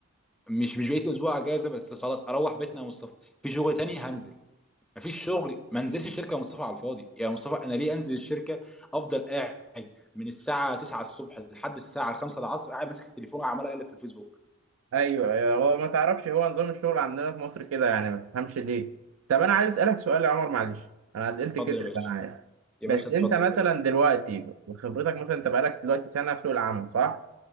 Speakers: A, in the centre; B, on the right.
A: مش مش بقيت اسبوع اجازه بس خلاص اروح بيتنا يا مصطفى في شغل تاني هنزل مفيش شغل ما انزلش الشركه يا مصطفى على الفاضي يا مصطفى انا ليه انزل الشركه افضل قاعد من الساعه 9 الصبح لحد الساعه 5 العصر قاعد ماسك التليفون وعمال اقلب في الفيسبوك
B: ايوه ايوه. هو ما تعرفش هو نظام الشغل عندنا في مصر كده يعني ما تفهمش ليه طب انا عايز اسالك سؤال يا عمر معلش انا اسئلتي
A: اتفضل
B: كتير
A: يا باشا
B: انا عارف
A: يا
B: بس
A: باشا اتفضل
B: انت مثلا دلوقتي بخبرتك مثلا انت بقالك دلوقتي سنه في سوق العمل صح